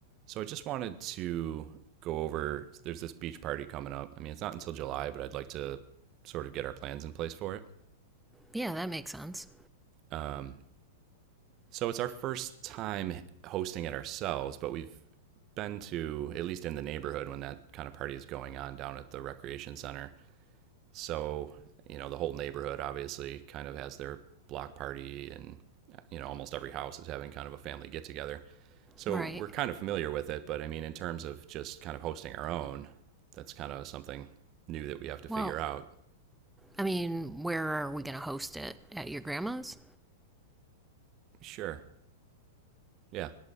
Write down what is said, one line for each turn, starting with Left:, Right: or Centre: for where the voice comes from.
Right: So I just wanted to go over there's this beach party coming up. I mean, it's not until July, but I'd like to sort of get our plans in place for it.
Centre: Yeah, that makes sense.
Right: Um, so it's our first time hosting it ourselves, but we've been to, at least in the neighborhood when that kind of party is going on down at the recreation center. So, you know, the whole neighborhood obviously kind of has their block party and you know, almost every house is having kind of a family get together. So,
Centre: Right.
Right: we're kind of familiar with it, but I mean in terms of just kind of hosting our own, that's kind of something new that we have to figure
Centre: Well,
Right: out.
Centre: I mean, where are we going to host it? At your grandma's?
Right: Sure. Yeah.